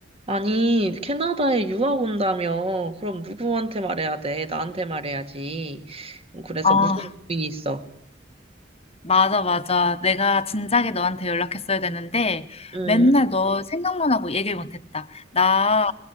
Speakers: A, on the right (about 30°); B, on the left (about 35°).
A: 아니, 캐나다에 유학 온다며. 그럼 누구한테 말해야 돼? 나한테 말해야지. 그래서
B: 아,
A: 무슨 고민이 있어?
B: 맞아, 맞아. 내가 진작에 너한테 연락했어야 되는데,
A: 응,
B: 맨날 너 생각만 하고 얘기를 못했다. 나